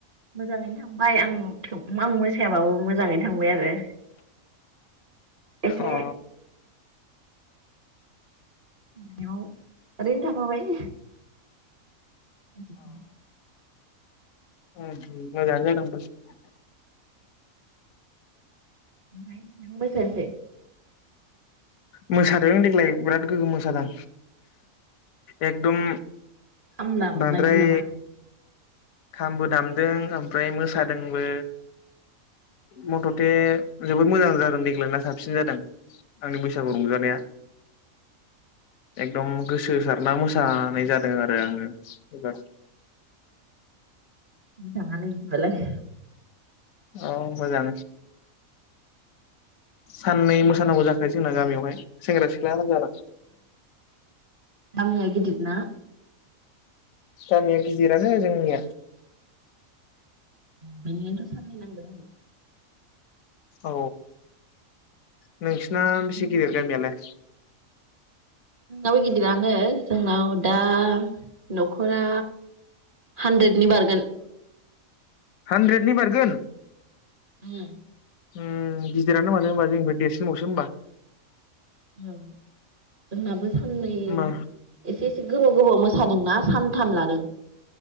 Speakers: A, on the right (about 40°); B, on the left (about 80°).
A: मोजाङैनो थां बाय आं थेव आं मोस सायाबाबो मोजाङैनो थां बाय आरो एसे
B: अ
A: ओरैनो थाफाबाय <unintelligible>
B: उम उम मोजाङानो जादों होनबालाय।
A: ओमफ्राय नों बोसोरसे
B: मोसादों देग्लाय बिराद गोग्गोम मोसादों। एकदम
A: खामला
B: बांद्राय
A: बुलायदों नामा
B: खामबो दामदों ओमफ्राय मोसादोंबो मथ'थे जोबोद मोजां जादों देग्लायना साबसिन जादों। आंनि बै सागु रंजानाया एकदम गोसो होसारना मोसानाय जादों आरो आङो। एबार
A: मोजाङानो इदिबालाय।
B: औ मोजां। साननै मोसानांगौ जाखायो जोंना गामियावहाय। सेंग्रा सिख्ला जाना
A: गामिआ गिदिरना?
B: गामिया गिदिरानो जोंनिया।
A: बेनिखायनोथ' साननै नांदों आरो।
B: औ नों ना
A: जोंनाबो
B: बेसे गिदिर गामियालाय?
A: जोंनाबो गिदिरानो जोंनाव दा न'खरा हानद्रेदनि बारगोन।
B: हानद्रेदनि बारगोन?
A: उम
B: उम गिदिरानो माथो होमबा जोंनिफ्आयर देरसिनबावसो होमबा।
A: औ जोंनाबो साननै
B: मा
A: एसे गोबाव गोबाव मोसादोंना सानथाम लादों।